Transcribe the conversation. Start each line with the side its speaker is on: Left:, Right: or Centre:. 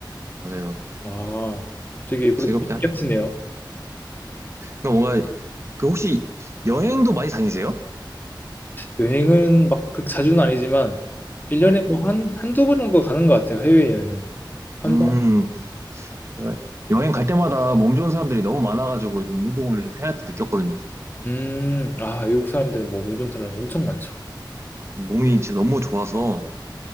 Right: 맞아요.
Left: 아, 되게 그래도
Right: 즐겁게
Left: 재밌게
Right: 하라.
Left: 하시네요.
Right: 그러니까 뭔가 그 혹시 여행도 많이 다니세요?
Left: 여행은 막 그렇게 자주는 아니지만 1년에
Right: 네.
Left: 뭐 한, 한두 번 정도 가는 것 같아요, 해외여행은. 한
Right: 음,
Left: 번?
Right: 제가 여행 갈 때마다 몸 좋은 사람들이 너무 많아가지고 좀 운동을 좀 해야겠다 느꼈거든요. 저는.
Left: 음, 아, 외국 사람들은 뭐 모든 사람 엄청 많죠.
Right: 몸이 진짜 너무 좋아서